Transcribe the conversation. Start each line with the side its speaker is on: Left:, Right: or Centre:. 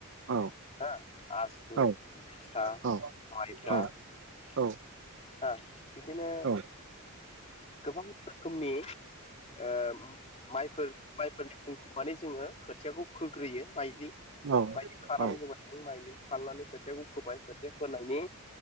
Right: औ
Left: हा, आसु,
Right: औ
Left: जोसा,
Right: औ
Left: माइब्रा
Right: औ
Left: ।
Right: औ
Left: हा बिदिनो
Right: औ
Left: गोबां रोखोमनि ओ माइफोर माइफोरनि बुं माने जोङो खोथियाखौ फोग्रोयो माइलि
Right: औ
Left: माइलि <unintelligible>
Right: औ
Left: माइलि खालामनानै खोथियाखौ फोबाय खोथिया फोनायनि